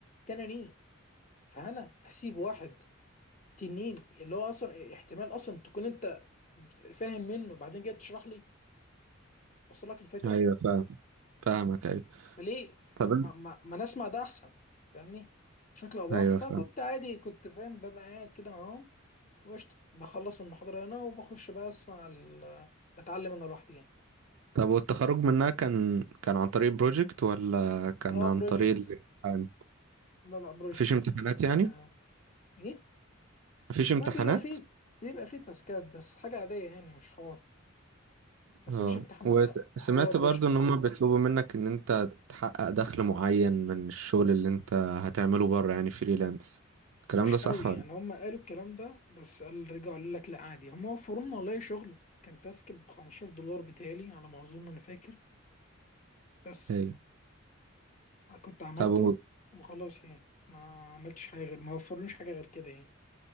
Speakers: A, on the left (about 35°); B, on the right (about 70°).
A: تنانين فانا هسيب واحد تنين اللي هو اصلا احتمال اصلا تكون انت فاهم منه وبعدين جاي تشرح لي وصل لك الفكره
B: ايوه فاهم فاهمك ايوه
A: فليه
B: طب
A: ما,
B: أنت-
A: ما, ما, ما نسمع ده احسن فاهمني بشكل او باخر
B: ايوه
A: فكنت
B: فاهم
A: عادي كنت فاهم ببقى قاعد كده معاهم وقشطة بخلص المحاضرة هنا وبخش بقى أسمع ال... بتعلم أنا لوحدي يعني
B: طب والتخرج منها كان كان عن طريق بروجكت ولا كان
A: أه
B: عن
A: بروجكت
B: طريق الامتحان
A: لا لا بروجكت
B: مفيش امتحانات
A: بت
B: يعني
A: إيه
B: مفيش امتحانات
A: لا بيبقى فيه بيبقى فيه تاسكات بس حاجة عادية يعني مش حوار بس
B: اه
A: مفيش امتحانات لا
B: وسمعت
A: هو بروجكت
B: برضو ان هم بيطلبوا منك ان انت تحقق دخل معين من الشغل اللي انت هتعمله بره يعني فريلانس الكلام
A: مش
B: ده صح
A: قوي
B: ولا
A: يعني هم قالوا الكلام ده بس قال رجعوا قالوا لك لا عادي هم وفروا لنا والله شغل كان تاسك ب 15 دولار بتهيألي على ما أظن أنا فاكر بس
B: ايوه
A: كنت عملته
B: ابو
A: وخلاص يعني ما عملتش حاجة غير ما وفرليش حاجة غير كده يعني